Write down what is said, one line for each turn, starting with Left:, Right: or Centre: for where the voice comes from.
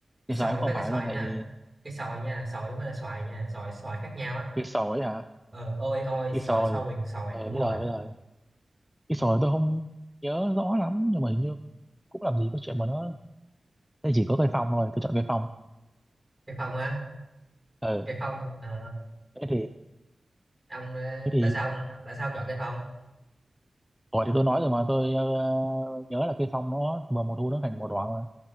Right: cây
Centre: cây
Right: xoài
Centre: xoài cũng
Right: với
Centre: không
Right: cây
Centre: phải
Right: xoài
Centre: luôn
Right: nha
Centre: tại vì
Right: cây xoài nha xoài không phải là xoài nha xoài xoài khác nhau á
Centre: cây sồi ấy hả
Right: ờ ôi ôi xoài
Centre: cây sồi
Right: xoài quyền xoài
Centre: ờ
Right: đúng
Centre: bây
Right: rồi
Centre: giờ bây giờ cái sồi tôi không nhớ rõ lắm nhưng mà hình như cũng làm gì có chuyện mà nó đây chỉ có cây phòng thôi tôi chọn cây phòng
Right: cây phong á
Centre: ừ
Right: cây phong ờ,
Centre: thế thì
Right: ông ờ,
Centre: thế thì
Right: tại sao ông tại sao ông chọn cây phong
Centre: ủa thì tôi nói rồi mà tôi ờ, nhớ là cây phòng nó mà mùa thu nó thành màu đỏ mà